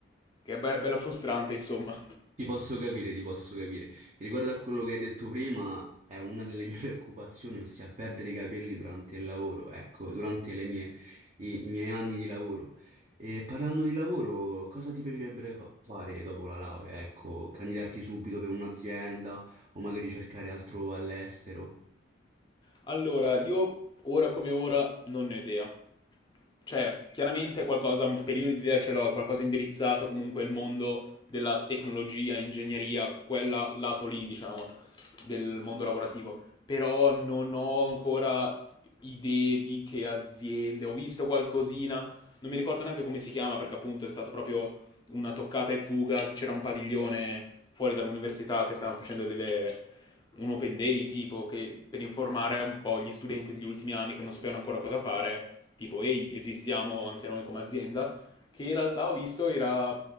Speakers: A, on the left (about 20°); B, on the right (about 35°).
A: che è be- bella frustrante, insomma.
B: Ti posso capire, ti posso capire. Riguardo a quello che hai detto prima, è una delle mie <laughs> preoccupazioni, ossia perdere i capelli durante il lavoro, ecco, durante le mie- i, i miei anni di lavoro. E parlando di lavoro, cosa ti piacerebbe fa- fare dopo la laurea? Ecco, candidarti subito per un'azienda o magari cercare altro all'estero?
A: Allora, io ora come ora non ne ho idea. Cioè, chiaramente qualcosa, un pelino di idea ce l'ho, è qualcosa indirizzato comunque al mondo della tecnologia, ingegneria, quella lato lì, diciamo, del mondo lavorativo. Però non ho ancora idee di che aziende, ho visto qualcosina, non mi ricordo neanche come si chiama, perché appunto è stato proprio una toccata e fuga, che c'era un padiglione fuori dall'università che stavano facendo delle un open day tipo che per informare un po' gli studenti degli ultimi anni che non sapevano ancora cosa fare, tipo ehi, esistiamo anche noi come azienda, che in realtà ho visto era